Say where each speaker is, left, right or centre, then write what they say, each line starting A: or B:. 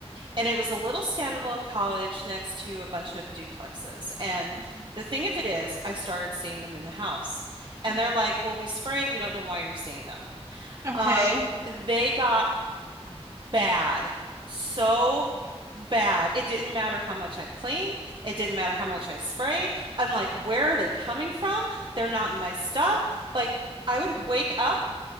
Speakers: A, on the right; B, on the right.
A: and it was a little standalone college next to a bunch of duplexes. And
B: Okay.
A: the thing of it is, I started seeing them in the house and
B: Mhm.
A: they're like, well, we sprayed. We don't know why you're seeing them.
B: Okay.
A: Um, they got bad. So bad. It didn't matter how much I cleaned. It didn't matter how much I sprayed. I'm like, where are they coming from? They're not my stuff. Like, I would wake up